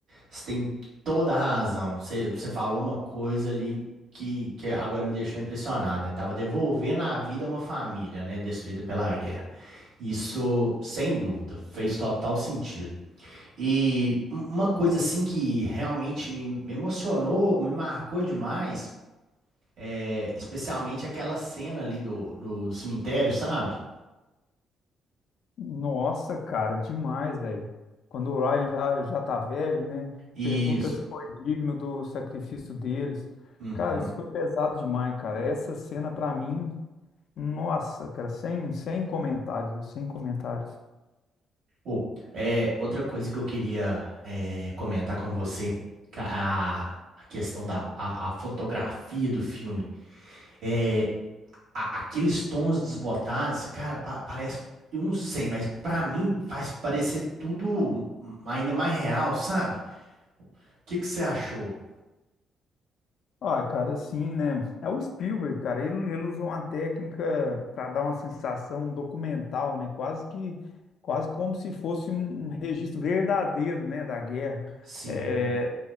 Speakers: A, on the right (about 75°); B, on the left (about 65°).
A: você tem toda a razão. Você, você falou uma coisa ali que, que agora me deixou impressionado, né? Tava devolvendo a vida a uma família, né? Destruída pela guerra. Isso, sem dúvida, fez total sentido. E um- uma coisa assim que realmente me, me emocionou, me marcou demais, é, especialmente aquela cena ali do, do, do cemitério, sabe?
B: Nossa, cara, demais, velho. Quando o Ryan já, já tá velho, né?
A: Isso.
B: Pergunta se foi digno do sacrifício deles.
A: Uhum.
B: Cara, isso foi pesado demais, cara. Essa cena pra mim, nossa, cara, sem, sem comentários, viu? sem comentários.
A: Pô, é, outra coisa que eu queria é, comentar com você, ca- a, a questão da a, a fotografia do filme. É, a- aqueles tons desbotados, cara, pa- parece, eu não sei, mas pra mim faz parecer tudo ainda mais real, sabe? O que que você achou?
B: Ah, cara, sim, né? É o Spielberg, cara. Ele, ele usou uma técnica para dar uma sensação documental, né? Quase que, quase como se fosse um, um registro verdadeiro, né, da guerra.
A: Sim,
B: É,